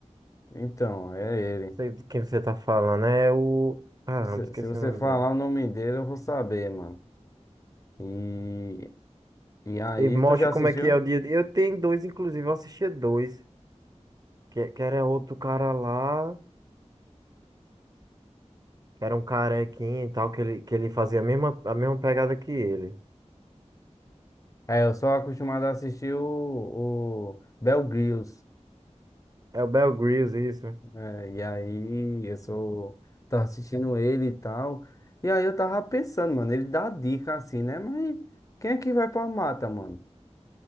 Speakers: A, on the left (about 30°); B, on the right (about 35°).
A: Então, é ele.
B: Sei de quem você tá falando. É o. Caramba,
A: Você-
B: esqueci
A: se você
B: o nome
A: falar
B: dele.
A: o nome dele, eu vou saber, mano. E, e aí,
B: E mostra
A: tu já assistiu?
B: como é que é o dia. a dia. Eu tenho dois, inclusive. Eu assistia dois. Que, que era outro cara lá. Que era um carequinho e tal. Que ele, que ele fazia a mesma, a mesma pegada que ele.
A: É, eu sou acostumado a assistir o, o Bear Grylls.
B: É o Bear Grylls, isso.
A: É, e aí, eu sou. Tava assistindo ele e tal. E aí, eu tava pensando, mano, ele dá dica assim, né? Mas quem é que vai pra mata, mano?